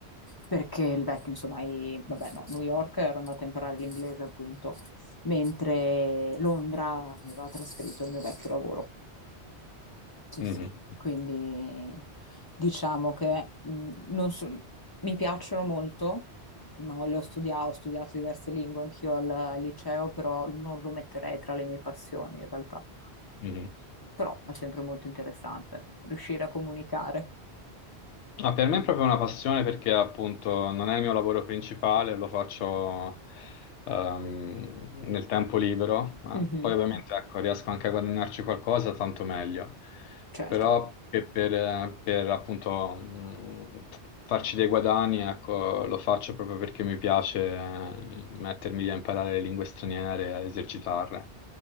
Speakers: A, on the left (about 30°); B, on the left (about 85°).
A: perché il vecchio, insomma, i- vabbè, no, New York ero andata a imparare l'inglese appunto, mentre Londra mi aveva trasferito il mio vecchio lavoro. Sì,
B: Mhm,
A: sì, quindi diciamo che mh, non so- mi piacciono molto, ma le ho studiato, ho studiato diverse lingue anch'io al, al liceo, però non lo metterei tra le mie passioni in realtà.
B: mhm, mhm.
A: Però è sempre molto interessante riuscire a comunicare,
B: Ma per me è proprio una passione perché appunto non è il mio lavoro principale, lo faccio ehm, nel tempo libero, ma
A: Mhm,
B: poi Mm. ovviamente ecco, riesco anche a guadagnarci qualcosa, tanto meglio.
A: certo.
B: Però che per, eh, per, appunto mh, farci dei guadagni, ecco, lo faccio proprio perché mi piace eh, mettermi lì a imparare le lingue straniere, a esercitarle.